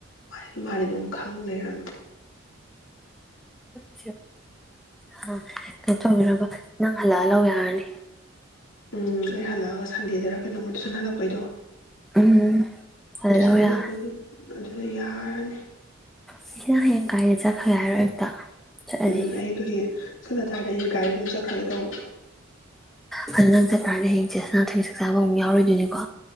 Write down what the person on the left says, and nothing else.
ꯃꯥ ꯃꯥꯗꯤ ꯑꯗꯨꯝ ꯈꯪ ꯂꯩꯔꯝꯃꯦ
ꯎꯝ ꯑꯩ ꯍꯜꯂꯛꯑꯒ ꯁꯟꯗꯦꯗꯔ ꯀꯩꯅꯣꯃ ꯇꯨꯁꯟ ꯍꯜꯂꯛꯄꯩꯗꯣ
ꯇꯨ
ꯁꯅ
ꯂꯥꯛꯣꯏ ꯑꯗꯨꯗ ꯌꯥꯔꯅꯤ
ꯎꯝ ꯑꯩꯗꯣ ꯍꯌꯦꯡ ꯆꯠꯂ ꯇꯥꯔꯗꯤ ꯑꯩ ꯒꯥꯔꯤ ꯑꯗꯨꯝ ꯆꯠꯈ꯭ꯔꯒꯦ ꯇꯧꯕ꯫